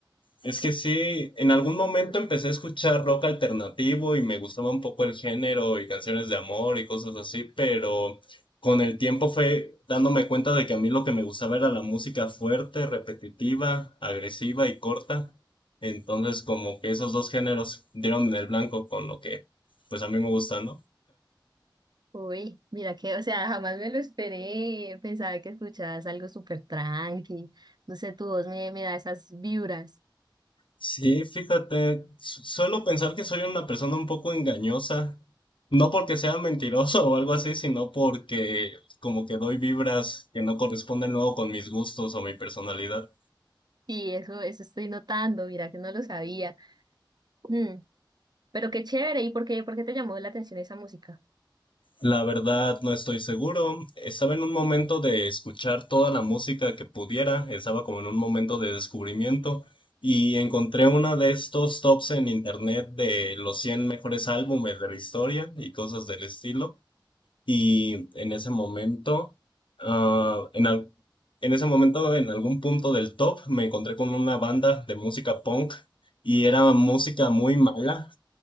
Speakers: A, on the left; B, on the right.
A: Es que sí, en algún momento empecé a escuchar rock alternativo y me gustaba un poco el género y canciones de amor y cosas así, pero con el tiempo fue dándome cuenta de que a mí lo que me gustaba era la música fuerte, repetitiva, agresiva y corta. Entonces como que esos dos géneros dieron en el blanco con lo que pues a mí me gusta, ¿no?
B: Uy, mira que, o sea, jamás me lo esperé, pensaba que escuchabas algo súper tranqui, no sé, tu voz me, me da esas vibras.
A: Sí, fíjate, su- suelo pensar que soy una persona un poco engañosa, no porque sea mentiroso <laughs> o algo así, sino porque como que doy vibras que no corresponden luego con mis gustos o mi personalidad.
B: Sí, eso, eso estoy notando, mira que no lo sabía. Mm, pero qué chévere, ¿y por qué, por qué te llamó la atención esa música?
A: La verdad, no estoy seguro. Estaba en un momento de escuchar toda la música que pudiera, estaba como en un momento de descubrimiento y encontré una de estos tops en internet de los 100 mejores álbumes de la historia y cosas del estilo. Y en ese momento, ah, en, al- en ese momento, en algún punto del top, me encontré con una banda de música punk y era música muy mala,